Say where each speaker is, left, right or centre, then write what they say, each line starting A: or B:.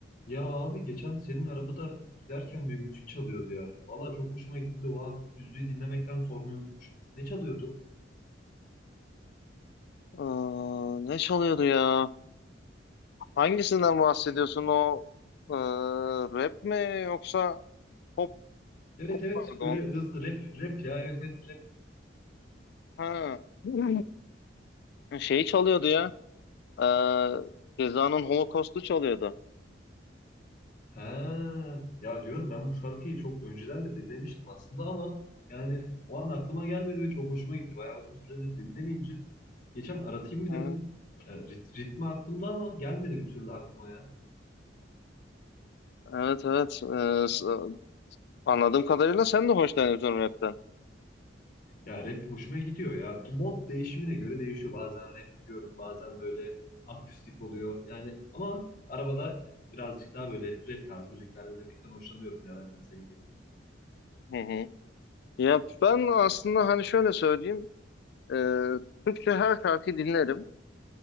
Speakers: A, on the left (about 45°); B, on the left (about 60°).
A: Ya abi geçen senin arabada giderken bir müzik çalıyordu ya. Valla çok hoşuma gitti de o an müziği dinlemekten sormayı unutmuşum. Ne çalıyordu?
B: Aa, ne çalıyordu ya? Hangisinden bahsediyorsun o e, rap mi yoksa pop
A: Evet
B: pop
A: evet
B: pardon.
A: böyle hızlı rap rap ya evet evet rap.
B: Ha. <laughs> Hmm. Şey çalıyordu ya. E, Ceza'nın Holocaust'u çalıyordu.
A: Ha ya diyorum ben bu şarkıyı çok önceden de dinlemiştim aslında ama yani o an aklıma gelmedi ve çok hoşuma gitti. Bayağı uzun süredir dinlemeyince geçen aratayım mı
B: Ha,
A: dedim. E, rit- ritmi aklımda ama gelmedi bir türlü aklıma ya.
B: Evet evet. E, s- anladığım kadarıyla sen de hoşlanıyorsun rapten.
A: Ya rap hoşuma gidiyor ya. Mod değişimine göre değişiyor. Bazen rap gidiyorum, bazen böyle akustik oluyor. Yani ama arabada birazcık daha böyle rap tarzı müzikler dinlemekten hoşlanıyorum ya ben de senin gibi.
B: Hı hı. Ya ben aslında hani şöyle söyleyeyim. E, Türkçe her şarkı dinlerim.